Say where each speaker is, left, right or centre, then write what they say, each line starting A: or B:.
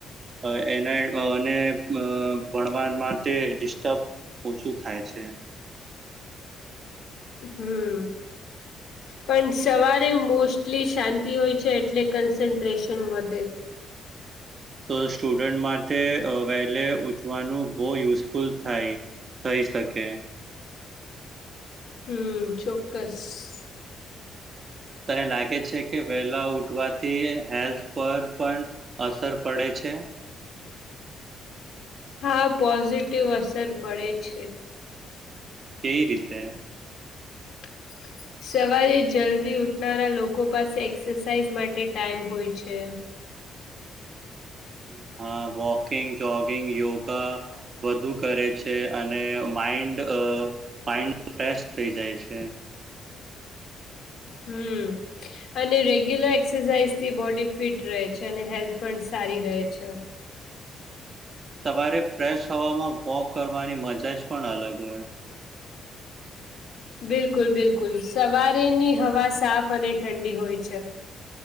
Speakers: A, on the right; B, on the left.
A: અહ એના અહ અને અહ ભણવા માટે ડિસ્ટર્બ ઓછું થાય છે.
B: હમ્મ. પણ સવારે મોસ્ટલી શાંતિ હોય છે એટલે કન્સન્ટ્રેશન વધે.
A: તો સ્ટુડન્ટ માટે અહ વહેલે ઉઠ વાનું બહુ યુઝફુલ થાય થઈ શકે.
B: હમ્મ ચોક્કસ.
A: તને લાગે છે કે વેલા ઉઠવાથી હેલ્થ પર પણ અસર પડે છે?
B: હા, પોઝિટિવ અસર પડે છે.
A: કેઈ રીતે?
B: <unintelligible> સવારે જલ્દી ઉઠનારા લોકો પાસે એક્સરસાઇઝ માટે ટાઈમ હોય છે.
A: હમ્મ હા વોકિંગ, જોગિંગ, યોગા વધુ કરે છે અને માઇન્ડ અહ માઇન્ડ ફ્રેશ થઈ જાય છે.
B: હમ્મ. અને રેગ્યુલર એક્સરસાઇઝ થી બોડી ફિટ રહે છે અને હેલ્થ પણ સારી રહે છે.
A: સવારે ફ્રેશ હવામાં વોક કરવાની મજા જ પણ અલગ હોય.
B: બિલકુલ બિલકુલ સવારેની હવા સાફ અને ઠંડી હોય છે.